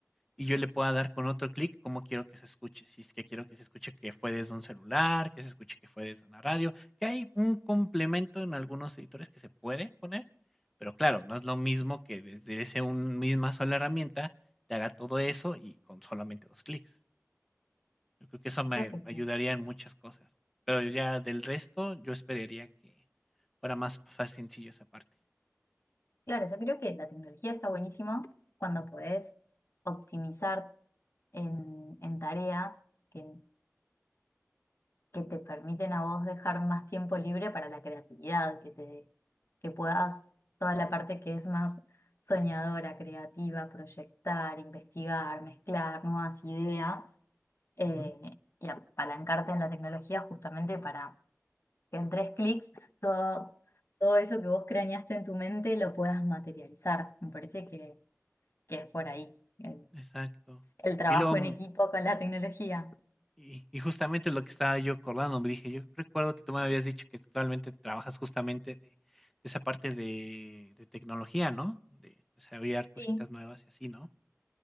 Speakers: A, in the centre; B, on the left.
A: y yo le pueda dar con otro clic cómo quiero que se escuche. Si es que quiero que se escuche que fue desde un celular, que se escuche que fue desde una radio, que hay un complemento en algunos editores que se puede poner, pero claro, no es lo mismo que desde esa un, misma sola herramienta te haga todo eso y con solamente dos clics. Yo creo que eso me
B: Creo que sí.
A: ayudaría en muchas cosas. Pero ya del resto, yo esperaría que fuera más fácil, sencillo esa parte.
B: Claro, yo creo que la tecnología está buenísima cuando podés optimizar en, en tareas que que te permiten a vos dejar más tiempo libre para la creatividad, que te, que puedas toda la parte que es más soñadora, creativa, proyectar, investigar, mezclar nuevas ideas eh,
A: Ujú,
B: y apalancarte en la tecnología justamente para que en tres clics todo, todo eso que vos craneaste en tu mente lo puedas materializar. Me parece que, que es por ahí el
A: exacto.
B: el trabajo
A: Y luego
B: en equipo con la tecnología.
A: Y y justamente lo que estaba yo acordando, me dije, yo recuerdo que tú me habías dicho que actualmente trabajas justamente de de esa parte de de tecnología, ¿no? De desarrollar cositas
B: Sí.
A: nuevas y así, ¿no?